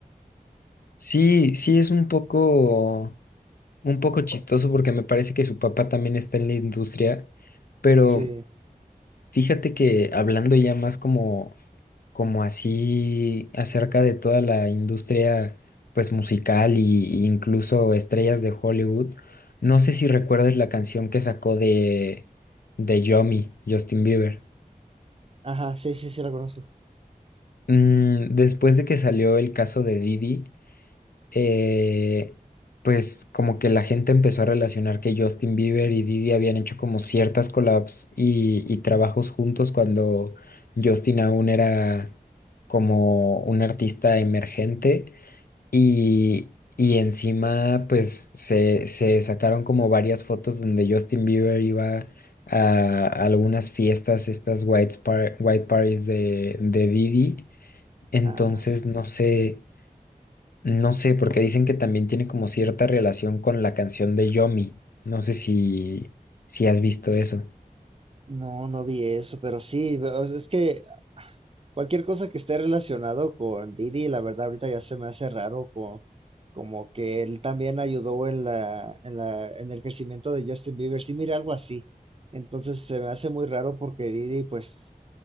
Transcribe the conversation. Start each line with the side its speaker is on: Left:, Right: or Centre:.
Left: Sí, sí es un poco, un poco chistoso porque me parece que su papá también está en la industria, pero
Right: Sí.
Left: fíjate que hablando ya más como, como así acerca de toda la industria pues musical y, y incluso estrellas de Hollywood, no sé si recuerdas la canción que sacó de, de Yomi, Justin Bieber.
Right: Ajá, sí, sí, sí, la conozco.
Left: Mm, después de que salió el caso de Didi. eh, pues como que la gente empezó a relacionar que Justin Bieber y Diddy habían hecho como ciertas collabs y, y trabajos juntos cuando Justin aún era como un artista emergente y, y encima pues se, se sacaron como varias fotos donde Justin Bieber iba a algunas fiestas, estas white, par- white parties de, de Diddy. Entonces,
Right: Ah, sí.
Left: no sé, no sé, porque dicen que también tiene como cierta relación con la canción de Yomi. No sé si, si has visto eso.
Right: No, no vi eso, pero sí, ve- o sea, es que Cualquier cosa que esté relacionado con Didi, la verdad ahorita ya se me hace raro co- como que él también ayudó en la, en la, en el crecimiento de Justin Bieber. Sí, mira, algo así. Entonces se me hace muy raro porque Didi, pues,